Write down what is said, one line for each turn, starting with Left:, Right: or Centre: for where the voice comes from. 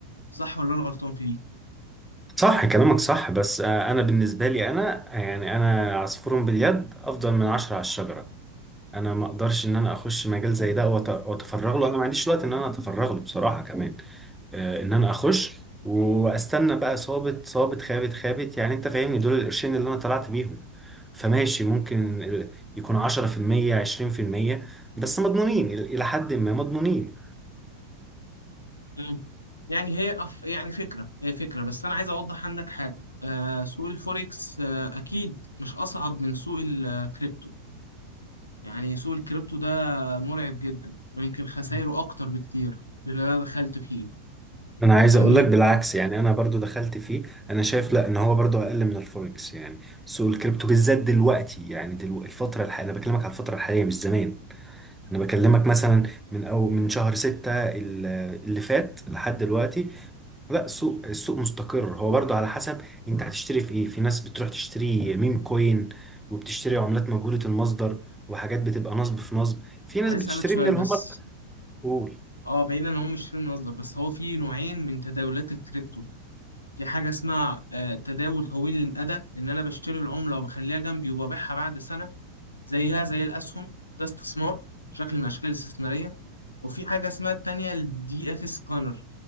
Left: صح ولا أنا غلطان في دي؟
Centre: صح كلامك صح بس آه، انا بالنسبه لي انا يعني انا عصفور باليد افضل من عشرة على الشجره انا ما اقدرش ان انا اخش مجال زي ده وأت- واتفرغ له انا ما عنديش وقت ان انا اتفرغ له بصراحه كمان آه ان انا اخش واستنى بقى صابت صابت خابت خابت يعني انت فاهمني دول القرشين اللي انا طلعت بيهم فماشي ممكن ال- يكون 10% 20% بس مضمونين ال- الى حد ما مضمونين
Left: مم. يعني هي أف... يعني فكرة هي فكرة بس أنا عايز أوضح عندك حاجة آه سوق الفوركس آه أكيد مش أصعب من سوق الكريبتو يعني سوق الكريبتو ده مرعب جدا ويمكن خسايره
Centre: <laughs> يعني
Left: أكتر بكتير لأن أنا دخلت فيه
Centre: انا عايز
Left: فاهمني؟
Centre: اقول لك بالعكس يعني انا برضو دخلت فيه انا شايف لا ان هو برضو اقل من الفوركس يعني سوق الكريبتو بالذات دلوقتي يعني دلوقتي الفتره الحاليه انا بكلمك على الفتره الحاليه مش زمان انا بكلمك مثلا من او من شهر ستة ال- اللي فات لحد دلوقتي لا السوق السوق مستقر هو برضو على حسب انت هتشتري في ايه في ناس بتروح تشتري ميم كوين وبتشتري عملات مجهولة المصدر وحاجات بتبقى نصب في نصب في ناس
Left: عايز
Centre: بتشتري
Left: أسألك سؤال
Centre: من اللي
Left: بس
Centre: هم الأقول
Left: أه بعيدا إن هم مش شيل مصدر بس هو في نوعين من تداولات الكريبتو في حاجة اسمها آه، تداول طويل المدى إن أنا بشتري العملة وبخليها جنبي وببيعها بعد سنة زيها زي الأسهم ده استثمار شكل من الأشكال الاستثمارية وفي حاجة اسمها التانية الدي اف سكانر